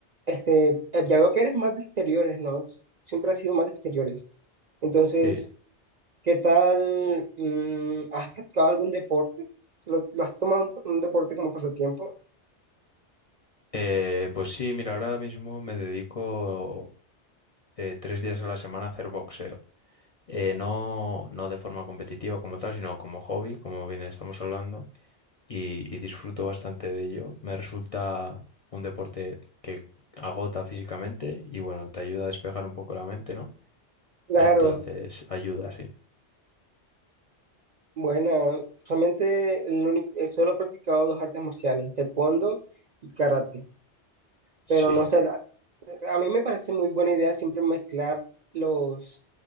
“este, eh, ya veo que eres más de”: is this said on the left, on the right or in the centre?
Right